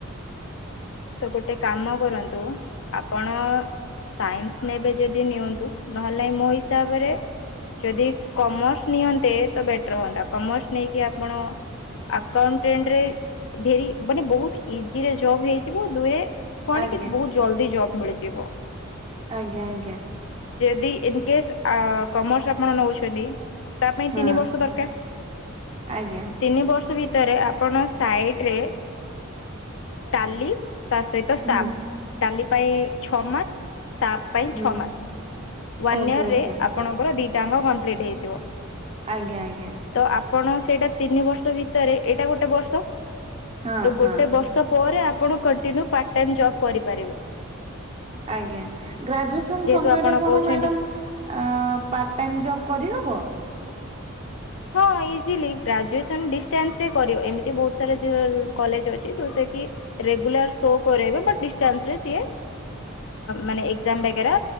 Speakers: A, on the left; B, on the right.
A: ତ ଗୋଟେ କାମ କରନ୍ତୁ ଆପଣ ସାଇନ୍ସ ନେବେ ଯଦି ନିଅନ୍ତୁ ନହେଲେ ମୋ ହିସାବରେ ଯଦି କମର୍ସ ନିଅନ୍ତେ ତ ବେଟର ହୁଅନ୍ତା କମର୍ସ ନେଇକି ଆପଣ ଆକାଉଣ୍ଟରେ ରେ ମାନେ ବହୁତ ଇଜିରେ ଜବ ହେଇ ଯିବ ଦୁଇରେ କଣ
B: ଆଜ୍ଞା
A: କି ବହୁତ ଜଲଦି ଜବ୍ ମିଳିଯିବ।
B: ଆଜ୍ଞା ଆଜ୍ଞା
A: ଯଦି ଇନକେସ୍ କମର୍ସ ଆପଣ ନେଉଛନ୍ତି ତା ପାଇଁ
B: ହଁ
A: ତିନି ବର୍ଷ ଦରକାର
B: ଆଜ୍ଞା
A: ତିନି ବର୍ଷ ଭିତରେ ଆପ ଆପଣ ସାଇଡ ରେ ଟାଲି ତା ସହିତ ସାପ
B: ହୁଁ
A: ଡାଲି ପାଇଁ ଛଅ ମାସ ସାପ ପାଇଁ
B: ହୁଁ
A: ଛଅ ମାସ। ୱାନ୍
B: ଓକେ
A: ଇୟର
B: ଓକେ
A: ରେ ଆପଣଙ୍କର ଦୁଇଟାଙ୍କ କମ୍ପ୍ଲିଟ୍ ହେଇଯିବ।
B: ଆଜ୍ଞା ଆଜ୍ଞା
A: ତ ଆପଣ ସେଇଟା ତିନି ବର୍ଷ ଭିତରେ ଏଇଟା ଗୋଟେ ବର୍ଷ
B: ହଁ
A: ତ
B: ହଁ।
A: ଗୋଟେ ବର୍ଷ ତାପରେ ଆପଣ କଣ୍ଟିନ୍ୟୁ ପାର୍ଟ ଟାଇମ ଜବ୍ କରିପାରିବେ।
B: ଆଜ୍ଞା ଗ୍ରାଜୁଏସନ୍
A: ଯେହେତୁ
B: ସମୟରେ
A: ଆପଣ
B: କଣ
A: କହୁଛନ୍ତି
B: ମ୍ୟାଡ଼ମ୍ ଆ ପାର୍ଟ ଟାଇମ୍ ଜବ୍ କରିହବ?
A: ହଁ ଇଜିଲି ଗ୍ରାଜୁଏସନ ଡିଷ୍ଟାନ୍ସ ରେ କରିବ ଏମିତି ବହୁତ ସାରା କଲେଜ ଅଛି ଯୋଉଟା କି ରେଗୁଲାର ଶୋ କରାଇବେ ବଟ୍ ଡିଷ୍ଟାନ୍ସ ରେ ସିଏ ମାନେ ଏକ୍ଜାମ ବଗେରା